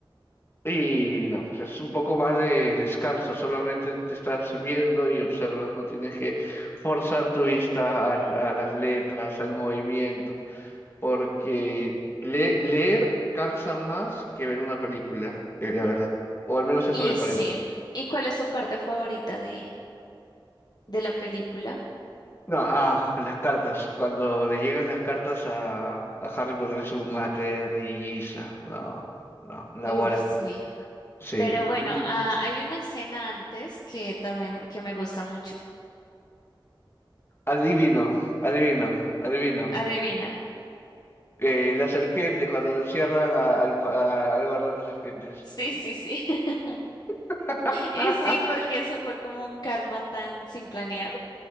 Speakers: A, on the left; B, on the left.
A: Y no, pues es un poco más de descanso. Solamente te estás viendo y observas. No tienes que forzar tu vista al- a, las letras, al movimiento. Porque le- leer cansa más que ver una película, eh, la verdad. O al menos eso
B: Y
A: me parece.
B: sí, ¿y cuál es tu parte favorita de, de la película?
A: No, ah, las cartas. Cuando le llegan las cartas a, a Harry Potter es un mate, risa. No, no, Naguará.
B: Uf, sí.
A: Sí.
B: Pero bueno,
A: no,
B: ah, hay una escena antes que también que me gusta mucho.
A: Adivino, adivino, adivino.
B: Adivina.
A: Eh, la serpiente, cuando lo encierran a- al, pa- a- al gordo de las serpientes.
B: Sí, sí, sí. <laughs>
A: <laughs>
B: Y sí, porque eso fue como un karma tan sin planear.